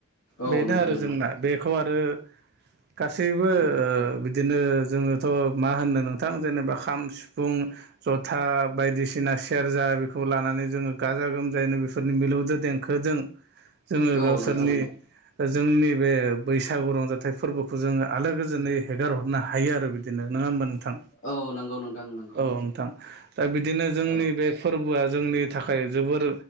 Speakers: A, on the left (about 65°); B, on the right (about 50°).
A: औ
B: बेनो
A: नोंथां
B: आरो
A: नंगौ
B: जोंना बेखौ आरो गासैबो
A: औ
B: बिदिनो जोङोथ' मा होनो नोंथां जेनेबा खाम सिफुं जथा बायदिसिना सेरजा बेखौ लानानै जोङो गाजा गोमजायैनो बेफोरनि मिलौजों देंखोजों जोङो
A: औ
B: गावसोरनि
A: नोंथां नंगौ
B: जोंनि बे बैसागु रंजाथाइ फोरबोखौ जोङो आलो गोजोनै हेगार हरनो हायो आरो बिदिनो नङा होमबा नों थां
A: औ नंगौ नोंथां नंगौ
B: औ नोंथां दा बिदिनो जोंनि
A: ओ
B: बे फोरबोआ जोंनि थाखाय जोबोर